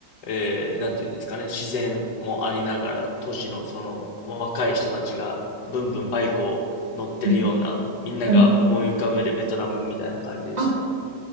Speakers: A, on the left; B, on the right.
A: えー、なんていうんですかね、自然もありながら、都市のその若い人たちが、ブンブンバイクを乗ってるような、
B: は
A: みんなが思い浮かべるベトナムみたいな感じでしたね。
B: いあ、